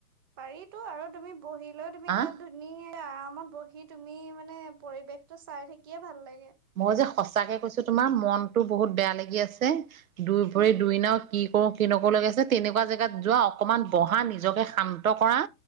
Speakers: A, on the right; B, on the right.
A: পাৰিতো আৰু তুমি বহিলৈও তুমি
B: হা
A: তাত ধুনীয়া আৰামত বহি সি তুমি মানে পৰিৱেশ টো চাই থাকিয়ে ভাল লাগে।
B: মজা সঁচাকে কৈছো তোমাৰ মনটো বহুত বেয়া লাগি আছে। দুই ভৰি
A: উম,
B: দুই নাও কি কিনকো লগে আছে তেনেকুৱা জেগাত যোৱা অকমান বহা নিজকে শান্ত কৰা